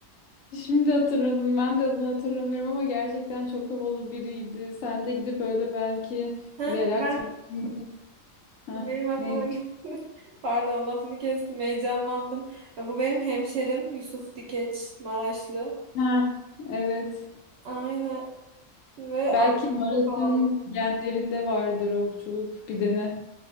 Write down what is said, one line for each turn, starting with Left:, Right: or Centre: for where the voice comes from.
Left: Şimdi hatırladım. Ben de adını hatırlamıyorum ama gerçekten çok havalı biriydi. Sen de gidip öyle belki
Right: <laughs> Heh,
Left: relax
Right: ben
Left: bir biçimde- Hah,
Right: benim aklıma
Left: neymiş?
Right: geldi. <laughs> Pardon lafını kestim heyecanlandım. E, Bu benim hemşerim Yusuf Dikeç Maraşlı.
Left: Ha, evet.
Right: Aynen. Ve
Left: Belki
Right: at
Left: Maraş'ın
Right: çok havalı.
Left: genlerinde vardır okçuluk bir dene.